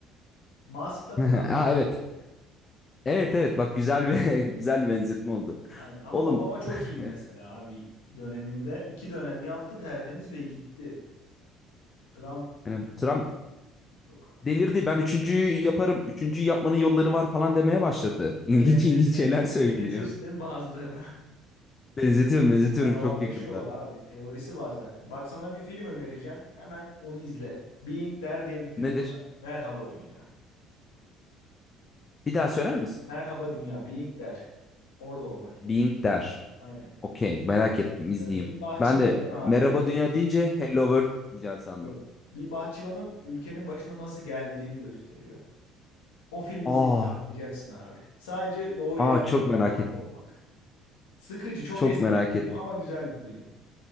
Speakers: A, on the left; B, on the left.
A: Musk da
B: <laughs>
A: Trump.
B: Aa evet. Evet evet bak güzel ve <laughs> güzel bir benzetme oldu.
A: Aynen ama
B: Oğlum
A: Obama çok iyiydi mesela
B: <laughs>
A: abi döneminde. İki dönem yaptı tertemiz ve gitti. Trump
B: yani Trump
A: yok abi.
B: delirdi. Ben üçüncüyü yaparım. Üçüncüyü yapmanın yolları var falan demeye başladı. <laughs> İlginç
A: Ve benzet,
B: ilginç
A: benzet,
B: şeyler söylüyor.
A: benzetiyorsun değil mi bazılarına? <laughs>
B: Benzetiyorum benzetiyorum
A: Canavarlaşıyorlar
B: çok yakında.
A: abi. Teorisi var zaten. Bak sana bir film önereceğim. Hemen onu izle. Being Der diye bir film
B: Nedir?
A: var. Merhaba Dünya.
B: Bir daha söyler misin?
A: Merhaba Dünya. Being Der. Orada olmak yani.
B: Being der.
A: Aynen.
B: Okey merak ettim izleyeyim.
A: Ee, bir bahçıvanın
B: Ben de
A: abi
B: merhaba dünya deyince hello world diyeceksin sandım.
A: yok. Bir bahçıvanın ülkenin başına nasıl geldiğini gösteriyor. O filmi
B: Aa,
A: izleyince anlayacaksın abi. Sadece doğru
B: aa
A: yerde
B: çok
A: doğru
B: merak
A: zamanda
B: ettim.
A: olmak. Sıkıcı. Çok
B: Çok
A: eski
B: merak
A: bir
B: ettim.
A: film ama güzel bir film.